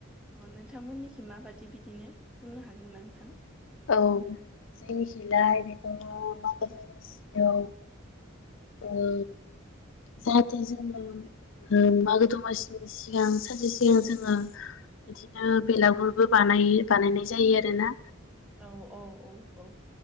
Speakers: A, in the centre; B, on the left.
A: अ नोंथांमोननिखि माबादि बिदिनो बुंनो हागोन ना नोंथां।
B: औ जोंनिखिलाय बेखौ मोसौ। औ जाहाथे जोंङो मागो दमासिनि सिगां सानसे सिगां जोंङो बिदिनो बेलागुरबो बानायो बानायनाय जायो आरोना।
A: औ-औ-औ-औ।